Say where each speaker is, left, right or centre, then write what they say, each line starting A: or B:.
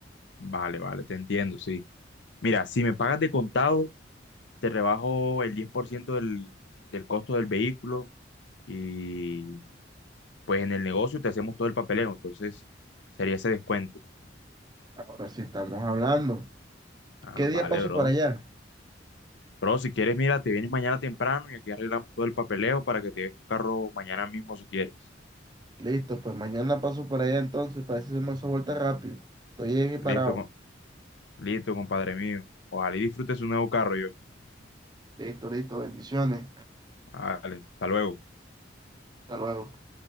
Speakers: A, on the left; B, on the right.
A: Vale, vale, te entiendo, sí. Mira, si me pagas de contado, te rebajo el 10% del, del costo del vehículo y pues en el negocio te hacemos todo el papeleo, entonces sería ese descuento.
B: Ahora sí estamos hablando.
A: Ah,
B: ¿Qué
A: vale,
B: día paso
A: bro.
B: para allá?
A: Bro, si quieres, mira, te vienes mañana temprano y aquí arreglamos todo el papeleo para que te des tu carro mañana mismo si quieres.
B: Listo, pues mañana paso para allá entonces, para eso se me hace vuelta rápido. Estoy ahí parado.
A: Listo, co- listo, compadre mío. Ojalá y disfrutes un nuevo carro yo.
B: Listo, listo, bendiciones.
A: Vale, hasta luego.
B: Hasta luego.